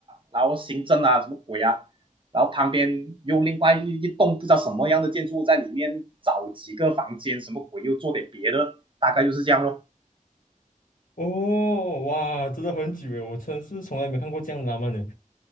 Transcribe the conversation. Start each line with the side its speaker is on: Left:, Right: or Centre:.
Right: 然后行政啊，什么鬼啊，然后旁边又另外一一栋不知道什么样的建筑在里面找几个房间，什么鬼又做点别的，大概就是这样咯。
Left: 哦，哇，真的很久诶，我真是从来没看过这样的拉曼的。